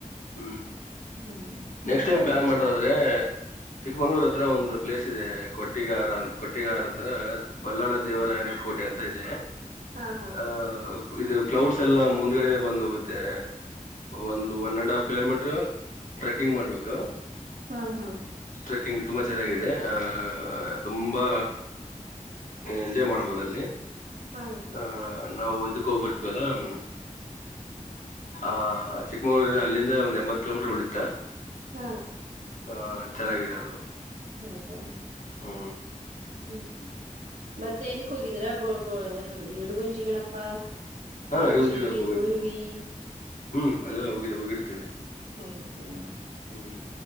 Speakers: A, on the left; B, on the right.
A: ಹ್ಮ್
B: ಹ್ಮ್
A: ನೆಕ್ಸ್ಟ್
B: ಮಂತ್ರಾಲಯ
A: ಟೈ್ಲಾನ್ ಮಾಡರ್ರದ್ರೆ
B: ಚೆನ್ನಾಗಿ
A: ಚಿಕ್ಕಮಂಗಗಳೂರ ಹತ್ರ ಒಂದು ಪ್ಲೇಸ್ ಇದೆ ಕೊಟ್ಟಿಗಾರ ಅಂತ ಕೊಟ್ಟಿಗಾರ ಹತ್ರ ಬಲ್ಲಾಳ ದೇವರಾಯನ ಕೋಟೆ ಅಂತ ಇದೆ
B: ಹಾ ಹಾ
A: ಹ ಇದು ಕ್ಲೌಡ್ಸ್ ಎಲ್ಲ ಮುಂದ್ಗಡೆನೆ ಬಂದ್ ಹೋಗುತ್ತೆ ಒಂದು one and half kilometre trekking ಮಾಡ್ಬೇಕಾ
B: ಹ್ಮ ಹಾ
A: ಟ್ರೆಕಿಂಗ್ ತುಂಬಾ ಚೆನ್ನಾಗಿದೆ ಅಹ ತುಂಬಾ ಎಂಜಾಯ್ ಮಾಡ್ಬೋದಲ್ಲಿ
B: ಹಾ
A: ಹ ನಾವು ಇದಕ್ಕ ಹೋಗ್ ಬರ್ತವಲ್ಲ ಹ್ಮ್ ಹ ಚಿಕ್ಕಮಂಗ್ಳೂರಿನ ಅಲ್ಲಿಂದ ಒಂದ್ ಎಂಬತ್ ಕಿಲೋಮೀಟರ್ ಉಳಿತ
B: ಹಾ
A: ಹಾ ಚೆನ್ನಾಗಾಗಿದೆದು
B: ಹೌದಾ
A: ಹ್ಮ
B: ಹ್ಮ್್ಮ ಮತ್ತೆ ಇದಕ್ ಹೋಗಿದ್ದೀರಾ ಕೊಡುಗುಂಜಿ ಗಣಪ್ಪ
A: ಹಾ
B: ಗೊಡಚಿ
A: ಅಡಿಗುಂಜಿಗನಪ್ಪ ಹೋಗಿದ್ವಿ
B: ಉಳವಿ
A: ಹ್ಮ್ ಅಲ್ಲ ಹೋಗಿದ್ದ ಹೋಗಿರ್ತೇವಿ
B: ಹೋಗಿರ್ತೀರಾ
A: ಹ್ಮ್